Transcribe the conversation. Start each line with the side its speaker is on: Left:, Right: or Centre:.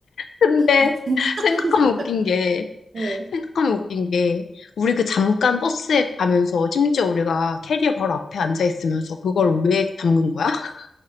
Left: 근데
Right: 아, 진짜
Left: 생각하면
Right: 끊고 싶었대.
Left: 웃긴 게
Right: 어.
Left: 생각하면 웃긴 게 우리 그 잠깐 버스에 가면서 심지어 우리가 캐리어 바로 앞에 앉아 있으면서 그걸 왜 잠근 거야? <laughs>